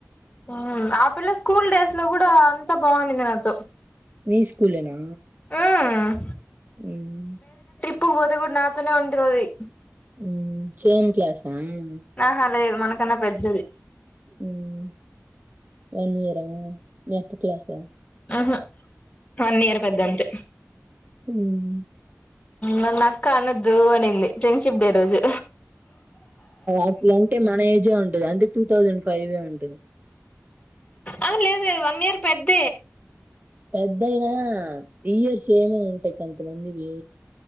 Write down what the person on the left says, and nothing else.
ఉమ్ ఆ పిల్ల స్కూల్ డేస్ లో కూడా అంతా బాగునింది నాతో.
మ్మ్
ఇప్పుడ్ పోతే కూడా నాతోనే ఉంటది ఆది.
ఆహా లేదు మనకన్నా పెద్దది
<unintelligible> వన్ ఇయర్ పెద్దంతే
నన్ను అక్క అన్నద్దు అనింది ఫ్రెండ్షిప్ డే రోజు
ఆ లేదు వన్ ఇయర్ పెద్ద